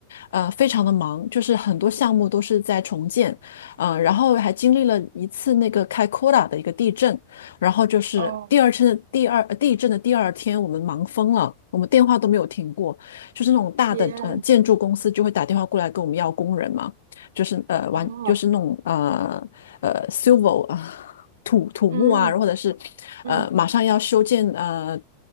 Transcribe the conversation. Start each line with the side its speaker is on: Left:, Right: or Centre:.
Left: 呃，非常的忙，就是很多项目都是在重建，呃，然后还经历了一次那个开库拉的一个地震，然后就是第二次第二呃地震的第二天，
Right: 哦，
Left: 我们忙疯了，我们电话都没有停过，就是那种大的呃建筑公司就会打电话过来跟我们要工人嘛，
Right: 天，
Left: 就是呃完就是那种呃呃
Right: 哦，
Left: civil 啊。<laughs> 土土木啊，
Right: 嗯
Left: 或者是呃马上要修建呃
Right: 嗯